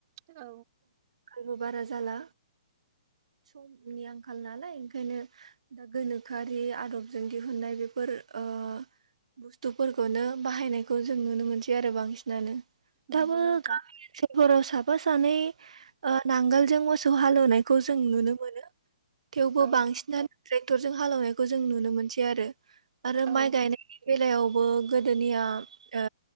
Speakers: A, on the right; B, on the right.
A: औ।
B: बो बारा जाला समनि आंखाल नालाय ओंखायनो दा गोनोखोआरि आदबजों दिहुननाय बेफोर ओ बुस्थुफोरखौनो बाहायनायखौ जों नुनो मोनसै आरो बांसिनानो।
A: नंगौ
B: दाबो
A: नोंथां
B: गामि ओनसोलफोराव साफा सानै ओ नांगोलजों मो सौ हालुनायखौ जों नुनो मोनो थेवबो
A: औ
B: बांसिनानो <unintelligible> टरजों हालौनायखौ जों नुनो मोनसै आरो आरो
A: औ
B: माइ गायनायनि बेलायावबो गोदोनिया ओ